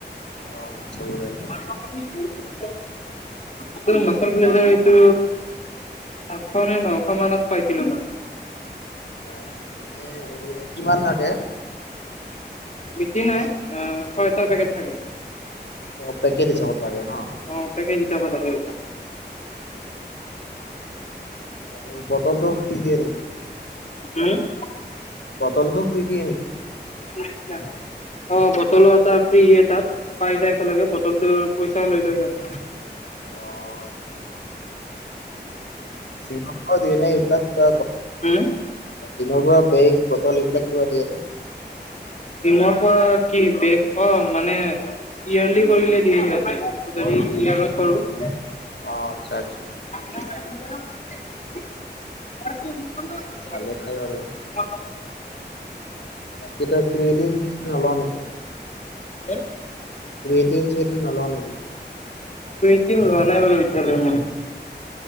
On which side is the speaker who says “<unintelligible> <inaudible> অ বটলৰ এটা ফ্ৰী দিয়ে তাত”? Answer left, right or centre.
Left